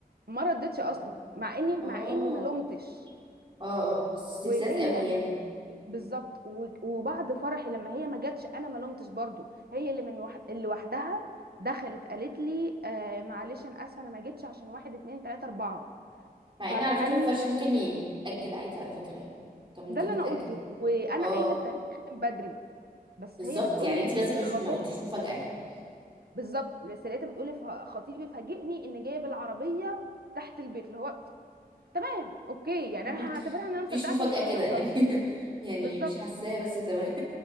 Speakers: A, on the right; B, on the right.
A: ما ردتش
B: ط-
A: اصلا مع اني مع
B: اه
A: اني ما لومتش
B: اه اه بس استفزاز
A: وهي
B: قوي يعني
A: بالظبط و- وبعد فرحي لما هي ما جاتش انا ما لومتش برضو هي اللي من وح... اللي وحدها دخلت قالت لي آه معلش انا اسفه انا ما جيتش عشان واحد اتنين تلاته اربعه
B: مع
A: فكان
B: ان على فكرة الفرش ممكن يتأجل عادي على فكرة يعني طب ممكن
A: ده اللي
B: يتأجل
A: انا قلته وانا
B: اه
A: قايله التاريخ من بدري بس
B: بالظبط
A: هي بتقول
B: يعني
A: لي
B: انت بس
A: ان
B: مش
A: خطيب
B: ما قلتيش مفاجأة يعني
A: بالظبط بس لقيتها بتقول لي ف- خطيبي فاجئني ان جايه بالعربيه تحت البيت اللي هو تمام اوكي يعني
B: <laughs>
A: انا هعتبرها ان انا مصدقه
B: مفيش مفاجأة
A: عشان ما كنتش عايزه
B: كده
A: اخسرها
B: يعني <laughs> يعني
A: بالظبط
B: مش حاساها بس تمام